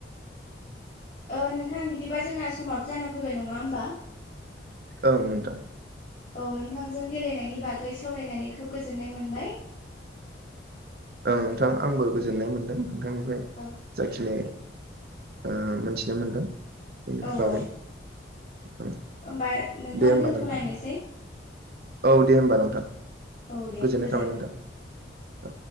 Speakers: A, on the left (about 45°); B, on the right (about 50°).
A: ओ नोंथां बिदिबा जोंना समाबो जाना फैबाय नङा होमबा?
B: औ नोंथां।
A: औ नोंथांजों गेलेनायनि बागै सावरायनानै खोब गोजोननाय मोनबाय।
B: ओं नोंथां आंबो गोजोननाय मोन्दों नोंथांनिफ्राय
A: औ
B: जाखिनि ओ मोनथिनो मोनदों। बेनि
A: औ
B: बागै
A: औ।
B: ओं
A: होमबा नोंथां
B: दे होमबा
A: दोनथ'लायनोसै।
B: नोंथां औ दे होमबा नोंथां।
A: औ दे
B: गोजोननाय
A: गोजोन्थों।
B: थाबाय नोंथां औ